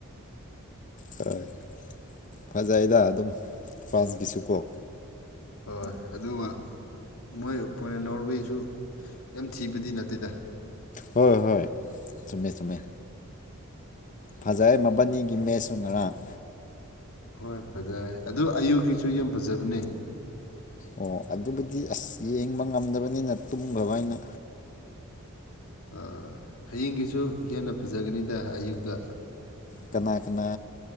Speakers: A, on the left; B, on the left.
A: ꯍꯣꯏ ꯐꯖꯩꯗ ꯑꯗꯨꯝ ꯐ꯭ꯔꯥꯟꯁꯒꯤꯁꯨ ꯀꯣ
B: ꯍꯣꯏ ꯑꯗꯨꯝꯃ ꯃꯣꯏ ꯄꯣꯏꯠ ꯅꯣꯔꯋꯦꯁꯨ ꯌꯥꯝ ꯊꯤꯕꯗꯤ ꯅꯠꯇꯦꯗ
A: ꯍꯣꯏ ꯍꯣꯏ ꯆꯨꯝꯃꯦ ꯆꯨꯝꯃꯦ ꯐꯖꯩ ꯃꯕꯥꯅꯤꯒꯤ ꯃꯦꯠꯁꯨ ꯉꯔꯥꯡ
B: ꯍꯣꯏ ꯐꯖꯔꯦ ꯑꯗꯨ ꯑꯌꯨꯒꯤꯁꯨ ꯌꯥꯝ ꯐꯖꯕꯅꯦ
A: ꯑꯣ ꯑꯗꯨꯕꯨꯗꯤ ꯑꯁ ꯌꯦꯡꯕ ꯉꯝꯗꯕꯅꯤꯅ ꯇꯨꯝꯈ꯭ꯔꯕ ꯑꯩꯅ
B: ꯑꯥ ꯍꯌꯦꯡꯒꯤꯁꯨ ꯍꯦꯟꯅ ꯐꯖꯒꯅꯤꯗ ꯑꯌꯨꯛꯗ
A: ꯀꯅꯥ ꯀꯅꯥ